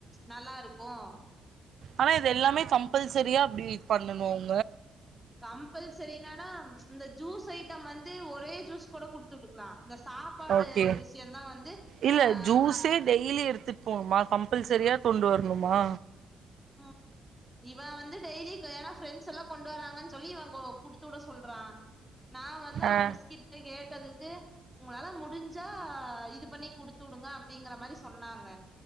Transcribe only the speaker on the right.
ஆனா இது எல்லாமே கம்பல் சரியா அப்படி பண்ணனும்
ஓகே
இல்ல
ஜூஸே டெய்லி எடுத்துட்டு போனுமா மாசம் மாசம் சார்யாபோணுமா கம்பல்சரியா கொண்டு வரணுமா
ஆ